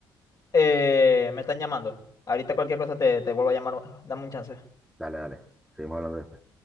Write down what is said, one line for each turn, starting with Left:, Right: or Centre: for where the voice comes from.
Left: Eh, me están llamando. Ahorita cualquier cosa te, te vuelvo a llamar. Dame un chance.
Centre: Dale, dale, seguimos hablando después.